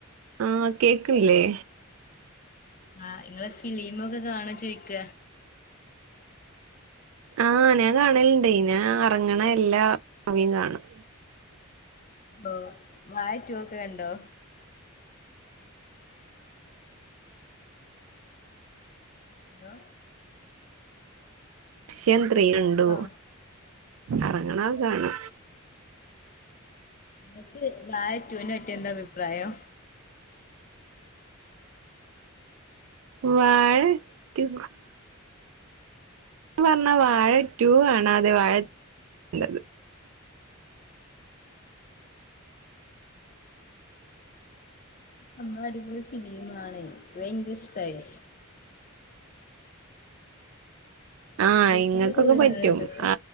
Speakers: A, on the right; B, on the left.
A: ആഹ് കേക്കില്ലേ.
B: ആഹ് ഇങ്ങള് ഫിലിമൊക്കെ കാണൊ ചോയ്ക്ക.
A: ആഹ് ഞാൻ കാണല്ണ്ടെ ഞാൻ എർങ്ണ എല്ലാ മുവിം കാണും.
B: പ്പൊ വായ റ്റു ഒക്കെ കണ്ടോ. എന്തോ.
A: ശ്യം ത്രീ ഉണ്ടു
B: ഹലോ
A: എർങ്ണക കാണു.
B: ഇങ്ങക്ക് വായ റ്റുനെ പറ്റി എന്താ അഭിപ്രായം.
A: വാഴ റ്റു. പർഞ്ഞാ വാഴ റ്റു കാണാതെ വാഴ ണ്ടത്.
B: നമ്മളടിപൊളി ഫിലീമാണെ ഭയങ്കരഷ്ടായി.
A: ആഹ്
B: തിയേറ്റർലൊക്കെ
A: ഇങ്ങക്കൊക്കെ
B: പോയി കാണല്ണ്ടൊങ്ങള്.
A: പറ്റും ആ